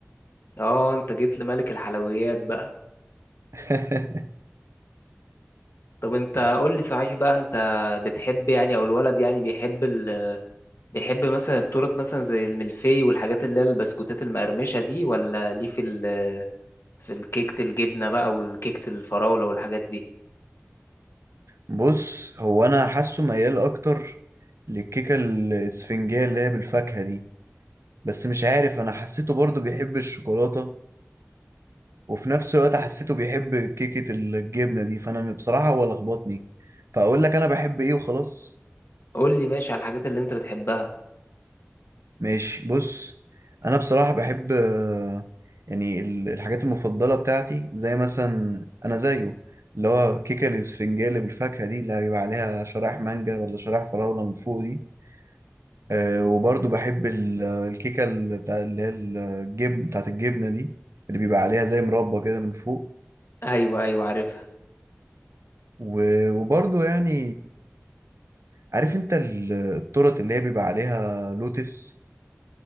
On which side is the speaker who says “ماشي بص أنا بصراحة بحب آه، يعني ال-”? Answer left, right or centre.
Right